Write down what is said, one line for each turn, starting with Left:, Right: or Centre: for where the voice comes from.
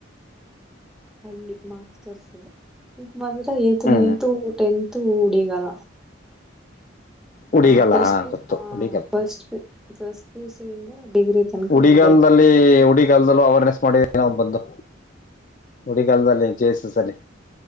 Centre: ಅಲ್ಲಿ ಮಾಸ್ಟರ್ಸು ಹ್ಮ್ ನಗರ ಏಯ್ತ್
Left: ಹ್ಮ್
Centre: ನೈನ್ತ್ ಟೆಂತ್ ತು ಉಡಿಗಲ ಹ
Left: ಉಡಿಗಲ್ಲ
Centre: ಫಸ್ಟ್
Left: ಹಾ
Centre: ಪ್ಯು
Left: ಗೊತ್ತು
Centre: ಆ
Left: ಉಡಿಗಲ್
Centre: ಫಸ್ಟ್ ಪ್ ಫಸ್ಟ್ ಪಿ ಯು ಸಿ ಇಂದ ಡಿಗ್ರಿ ತನಕ
Left: ಉಡಿಗಾಲದಲ್ಲಿ
Centre: ಒಂದೇ ಕಾಲೇಜು
Left: ಉಡಿಗಾಲದಲ್ಲೂ ಅವೇರ್ನೆಸ್ ಮಾಡಿ ಅಣ ಬಂದೆ. ಉಡಿಗಾಲದಲ್ಲಿ ಜೇಸಿಸ್ ದಲಿ